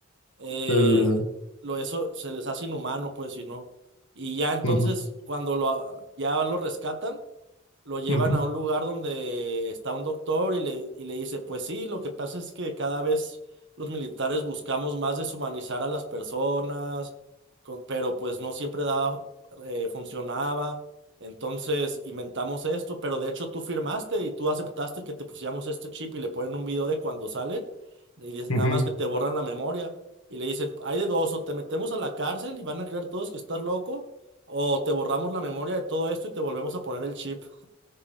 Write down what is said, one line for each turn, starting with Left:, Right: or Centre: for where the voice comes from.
Right: eh,
Left: Eh,
Right: lo eso se les hace inhumano pues si no. Y ya entonces
Left: ujú,
Right: cuando lo, a- ya lo rescatan, lo llevan
Left: ujú,
Right: a un lugar donde está un doctor y le, y le dice, pues sí, lo que pasa es que cada vez los militares buscamos más deshumanizar a las personas, co- pero pues no siempre daba, eh, funcionaba. Entonces inventamos esto, pero de hecho tú firmaste y tú aceptaste que te pusiéramos este chip y le ponen un video de cuando sale y es
Left: ujú.
Right: nada más que te borran la memoria y le dicen, hay de dos, o te metemos a la cárcel y van a creer todos que estás loco, o te borramos la memoria de todo esto y te volvemos a poner el chip.